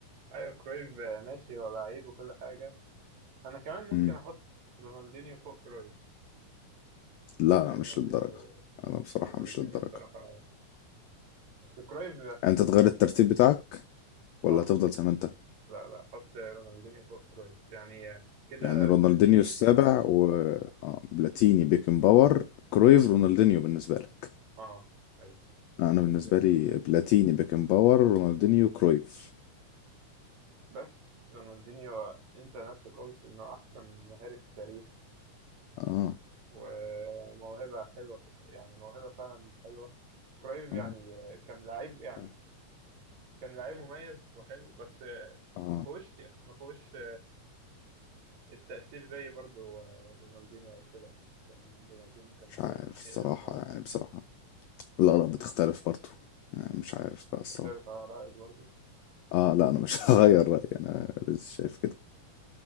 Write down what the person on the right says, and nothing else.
أيوة كرويف آه، ماشي هو لعيب وكل حاجة انا كمان ممكن
احط رونالدينيو فوق كرويف
يعني
رونالدينيو
رونالدينيو
بصراحة اصل كرويف
اه
لا لا احط رونالدينيو فوق كرويف يعني آه، كده
بلاتيني
اه ايوه
بالنسبة
لي
بس رونالدينيو انت نفسك قلت انه احسن مهاري في التاريخ
وموهبة حلوة يعني موهبة فعلا حلوة كرويف يعني
آه، كان لعيب يعني
كان لعيب مميز وحلو بس آه،
ما فيهوش ما فيهوش التأثير زي برضو آه، رونالدينيو وكده كان رونالدينيو كان
بي-
بيقلب
الملعب
انت
ثابت على رأيك برضو